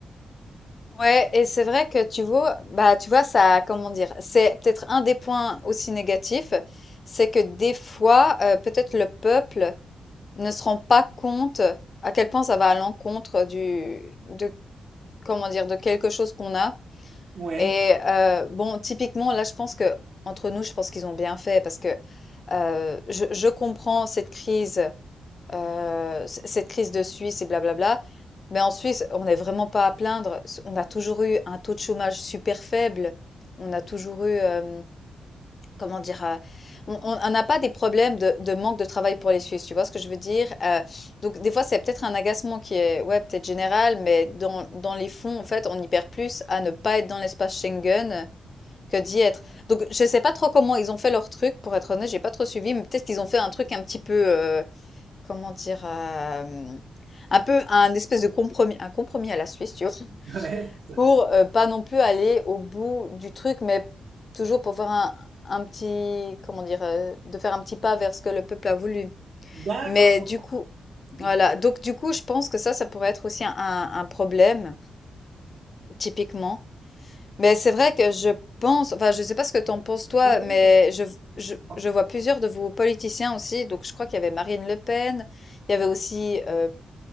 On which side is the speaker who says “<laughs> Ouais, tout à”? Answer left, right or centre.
Right